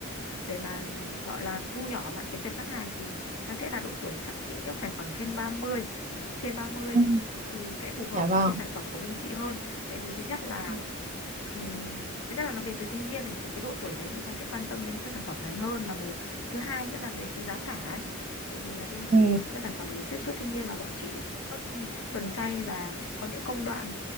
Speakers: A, on the left; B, on the right.
A: để mà gọi là thu nhỏ lại cái tệp khách hàng thì nó sẽ là độ tuổi chắc chị nghĩ là phải khoảng trên 30 trên 30
B: Ừ.
A: thì sẽ phù hợp
B: Dạ vâng.
A: với cái sản phẩm của bên chị hơn tại vì thứ nhất là
B: ừ.
A: ừm, thứ nhất là nó về từ thiên nhiên này thì cái độ tuổi đấy người ta sẽ quan tâm đến những cái sản phẩm này hơn là một thứ hai nữa là về cái giá cả ấy tại vì là bên chị
B: Ừ.
A: thì những cái sản phẩm này chiết xuất thiên nhiên và bọn chị sản xuất ừ, thuần chay và có những công đoạn